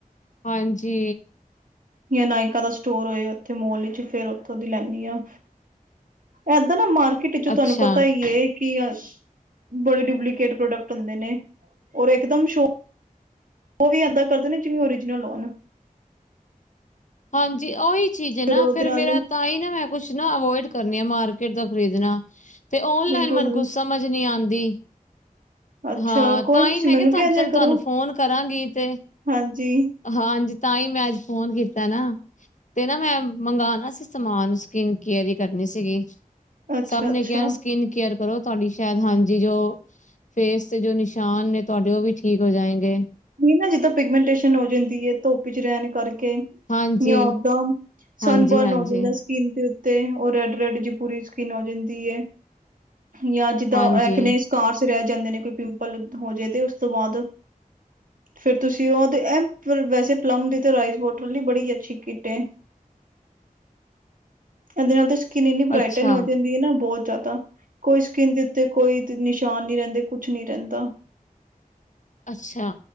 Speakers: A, on the left; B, on the right.
A: ਹਾਂਜੀ
B: ਯਾਂ ਨਾਇਕਾ ਦਾ ਸਟੋਰ ਹੋਏ ਉੱਥੇ ਮੋਲ ਵਿੱਚ ਫੇਰ ਉੱਥੋਂ ਦੀ ਲੈਂਨੀ ਆਂ ਐਦਾਂ ਨਾ ਮਾਰਕੀਟ ਚ
A: ਅੱਛਾ
B: ਤੁਹਾਨੂੰ ਪਤਾ ਹੀ ਹੈ ਕਿ ਅਸ਼ ਬੜੇ ਡੁਪਲੀਕੇਟ ਪ੍ਰੋਡਕਟ ਹੁੰਦੇ ਨੇ ਔਰ ਇੱਕ ਦਮ ਸ਼ੋ ਉਹ ਵੀ ਇੱਦਾਂ ਕਰਦੇ ਨੇ ਜਿਵੇਂ ਓਰੀਜਨਲ ਹੋਨ
A: ਹਾਂਜੀ ਉਹੀ ਚੀਜ਼ ਹੈ
B: ਫਿਰ
A: ਨਾ
B: ਉਹਦੇ
A: ਫੇਰ
B: ਨਾਲ
A: ਮੇਰਾ ਤਾਂ ਹੀ ਨਾ ਮੈਂ ਕੁਛ ਨਾ ਅਵੋਇਡ ਕਰਨੀ ਆ ਮਾਰਕੀਟ ਦਾ ਖਰੀਦਣਾ ਤੇ ਓਨਲਾਈਨ
B: ਬਿਲਕੁਲ
A: ਮੈਨੂੰ ਕੁਛ ਸਮਝ ਨੀ ਆਂਦੀ
B: ਅੱਛਾ
A: ਹਾਂ
B: ਕੋਈ
A: ਤਾਂ
B: ਨੀ
A: ਹੀ
B: ਤੁਸੀਂ
A: ਮੈਂ
B: ਮੈਨੂੰ
A: ਕਿਹਾ ਤੁਹਾਨੂੰ
B: ਕਹਿ
A: ਚੱਲ
B: ਦਿਆ ਕਰੋ
A: ਤੁਹਾਨੂੰ ਫੋਨ ਕਰਾਂਗੀ ਤੇ
B: ਹਾਂਜੀ
A: ਹਾਂਜੀ ਤਾਂ ਹੀ ਮੈਂ ਅੱਜ ਫੋਨ ਕੀ ਨਾ ਤੇ ਨਾ ਮੈਂ ਮੰਗਵਾਉਣਾ ਸੀ ਸਮਾਨ ਸਕੀਨਕਅਰੀ ਕਰਨੀ ਸੀਗੀ
B: ਅੱਛਾ-ਅੱਛਾ
A: ਸਭ ਨੇ ਕਿਹਾ ਸਕਿਨ ਕੇਅਰ ਕਰੋ ਤੁਹਾਡੀ ਸ਼ਾਇਦ ਹਾਂਜੀ ਜੋ ਫੇਸ ਤੇ ਜੋ ਨਿਸ਼ਾਨ ਨੇ ਤੁਹਾਡੇ ਉਹ ਵੀ ਠੀਕ ਹੋ ਜਾਏਗੇ
B: ਨਹੀਂ ਨਾ ਜਿੱਦੋਂ ਪਿਗਮੈਂਟੇਸ਼ਨ ਹੋ ਜਾਂਦੀ ਹੈ ਧੋੱਪੀ ਚ ਰਹਿਣ ਕਰਕੇ
A: ਹਾਂਜੀ
B: ਯਾਂ ਓਦਾਂ
A: ਹਾਂਜੀ
B: ਸਨਬਰਨ
A: ਹਾਂਜੀ
B: ਹੋ ਜਾਂਦਾ ਸਕਿਨ ਦੇ ਤੇ ਉਹ ਰੈਡ ਰੈਡ ਜੀ ਪੂਰੀ ਸਕਿਨ ਹੋ ਜਾਂਦੀ ਹੈ ਜਾਂ ਜਿੱਦਾਂ
A: ਹਾਂਜੀ
B: ਐਕਨੇ ਕਾਰਸ ਰਹਿ ਜਾਂਦੇ ਨੇ ਕੋਈ ਪਿੰਪਲ ਹੋ ਜੇ ਤੇ ਉਸ ਤੋਂ ਬਾਅਦ ਫੇਰ ਤੁਸੀਂ ਉਹ ਤੇ ਐ ਵੈਸੇ ਪਲਮ ਦੀ ਤੇ ਰਾਈਸ ਬੋਟਲ ਲਈ ਬੜੀ ਅੱਛੀ ਕਿੱਟ ਐ
A: <inaudible>
B: ਐਹਦੇ ਨਾਲ ਤੇ ਸਕਿਨ ਇੰਨੀ ਬਰਾਈਟਨ
A: ਅੱਛਾ
B: ਹੋ ਜਾਂ ਹੁੰਦੀ ਹੈ ਨਾ ਬਹੁਤ ਜ਼ਿਆਦਾ ਕੋਈ ਸਕਿੰਨ ਦੇ ਉੱਤੇ ਕੋਈ ਨਿਸ਼ਾਨ ਨੀ ਰਹਿੰਦੇ ਕੁਛ ਨੀ ਰਹਿੰਦਾ
A: ਅੱਛਾ